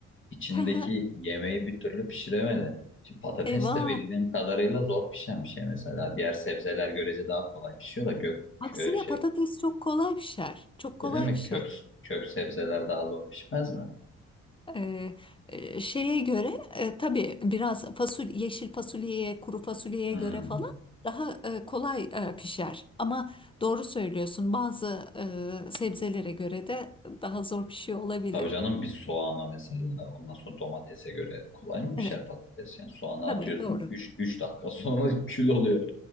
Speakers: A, on the left; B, on the left.
A: İçindeki
B: <laughs>
A: yemeği bir türlü pişiremedi. Şimdi patates
B: Eyvah.
A: de bildiğim kadarıyla zor pişen bir şey mesela. Diğer sebzeler görece daha kolay pişiyor da gök
B: Aksine
A: e, şey
B: patates çok kolay pişer. Çok kolay
A: öyle mi?
B: pişer.
A: Kök kök sebzeler daha zor pişmez mi?
B: Ee, e, şeye göre e, tabii biraz fasulye, yeşil fasulyeye, kuru fasulyeye
A: Hmm.
B: göre falan daha e, kolay e, pişer. Ama doğru söylüyorsun bazı e, sebzelere göre de daha zor pişiyor olabilir.
A: Tabii canım bir soğana mesela ondan sonra domatese göre kolay mı pişer
B: Evet,
A: patates? Yani soğana
B: tabii
A: atıyorsun
B: doğru.
A: üç üç dakika sonra <laughs> kül oluyor.